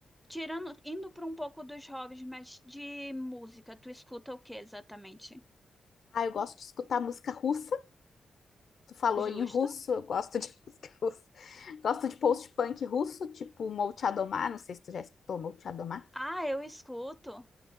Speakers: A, in the centre; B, on the left (about 55°).
A: tirando, indo para um pouco dos hobbies, mas de música, tu escuta o que exatamente?
B: Ah, eu gosto de escutar música russa. Tu falou
A: Justo?
B: em russo, eu gosto de <laughs> música russa. Gosto de post-punk russo, tipo Molchadomá, não sei se tu já escutou Molchadomá.
A: Ah, eu escuto.